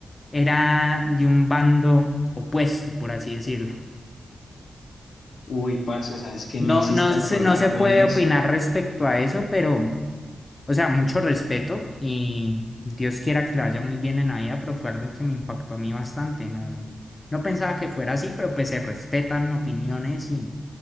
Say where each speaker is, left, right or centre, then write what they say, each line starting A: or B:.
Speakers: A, on the left; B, on the left.
A: era de un bando opuesto, por así decirlo.
B: Uy, parce, ¿sabes qué
A: No,
B: me hiciste
A: no se,
B: acordar
A: no se
B: con
A: puede
B: eso?
A: opinar respecto a eso, pero... O sea, mucho respeto y Dios quiera que le vaya muy bien en la vida, pero fue algo que me impactó a mí bastante. No, no pensaba que fuera así, pero pues se respetan opiniones y